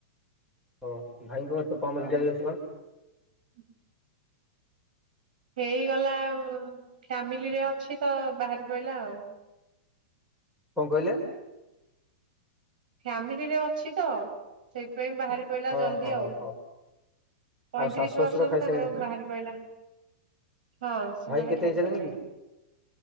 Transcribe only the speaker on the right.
ହ ହେଇଗଲା ଉ-ଉ ଫ୍ୟାମିଲିରେ ଅଛି ତ ବାହାରି ପଇଲା ଆଉ।
ଫ୍ୟାମିଲିରେ ଅଛି ତ, ସେଇଥିପାଇଁ ବାହାରି ପଇଲା
ଜଲଦି
ଆଉ।
ପଇଁତିରିଶ
ବର୍ଷରୁ
ତାଙ୍କର ବାହାରି ପଇଲା ହଁ ସେମାନେ
ଖାଇ
ସାରିଲେଣି।